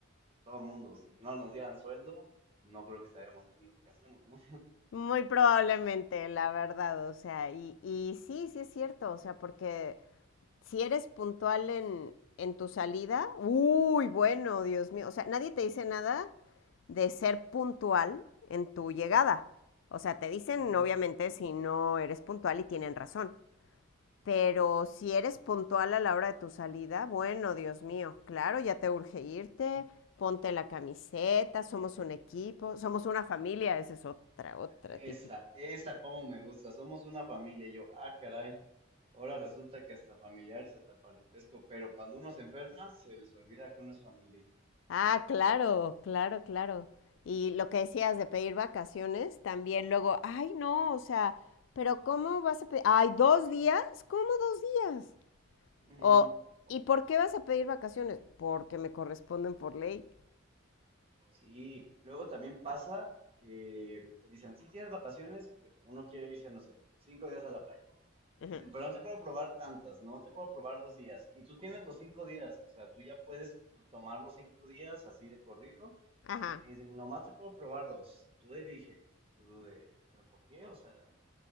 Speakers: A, on the right (about 30°); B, on the left (about 70°).
A: pues, todo mundo, si no nos dieran sueldo, no creo que estaríamos haciendo lo que hacemos, ¿no?
B: Muy probablemente, la verdad, o sea, y, y sí, sí es cierto, o sea, porque Si eres puntual en, en tu salida, uy, bueno, Dios mío, o sea, nadie te dice nada de ser puntual en tu llegada. O sea, te dicen
A: Ujú.
B: obviamente si no eres puntual y tienen razón. Pero si eres puntual a la hora de tu salida, bueno, Dios mío, claro, ya te urge irte, ponte la camiseta, somos un equipo, somos una familia, esa es otra, otra
A: Esa,
B: típica.
A: esa como me gusta. Somos una familia. Y yo, ah, caray. Ahora resulta que hasta familiares, hasta parentesco, pero cuando uno se enferma, se les olvida que uno es familia.
B: Ah, claro, claro, claro. Y lo que decías de pedir vacaciones, también luego, ay, no, o sea, pero ¿cómo vas a pedir? Ay, ¿dos días? ¿Cómo dos días?
A: Ujú.
B: O,
A: O-
B: ¿y por qué vas a pedir vacaciones? Porque me corresponden por ley.
A: Sí, luego también pasa que te dicen, sí tienes vacaciones, pero uno quiere irse, no sé, cinco días a la playa.
B: Ujú.
A: Te Dicen, pero no te puedo probar tantas, no te puedo probar dos días. Y tú tienes los cinco días, o sea, tú ya puedes tomar los cinco días así de corrido
B: Ajá,
A: y te dicen, nomás te puedo probar dos. Tú de dije, tú de, pero ¿por qué? O sea,